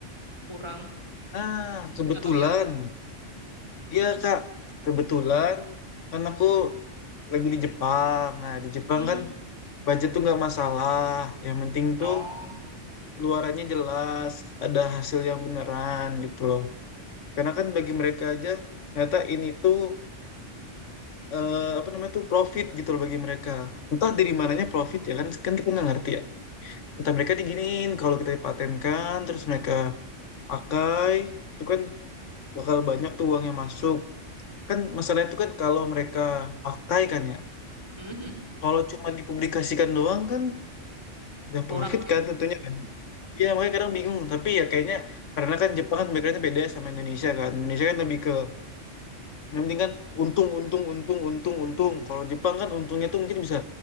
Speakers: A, on the right (about 20°); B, on the left (about 75°).
A: kurang
B: nah kebetulan.
A: tapi nggak tahu ya kalau
B: Iya
A: hmm?
B: Kak, kebetulan kan aku lagi di Jepang. Nah, di Jepang
A: Hmm,
B: kan budget tuh nggak masalah. Yang penting tuh
A: oh
B: luarannya jelas, ada hasil yang beneran gitu loh. Karena kan bagi mereka aja ternyata ini tuh eh, apa namanya tuh profit gitu loh bagi mereka. Entah dari mananya profit ya kan kan kita nggak ngerti ya. Kata mereka diginiin kalau kita dipatenkan terus mereka pakai itu kan bakal banyak tuh uang yang masuk. Kan masalahnya itu kan kalau mereka pakai kan ya.
A: hmm
B: Kalau cuma dipublikasikan doang kan nggak
A: kurang
B: profit
A: sih
B: kan tentunya kan. Iya makanya kadang bingung tapi ya kayaknya karena kan Jepang kan backgroundnya beda ya sama Indonesia kan. Indonesia kan lebih ke Yang penting kan untung, untung, untung, untung, untung. Kalau Jepang kan untungnya tuh mungkin bisa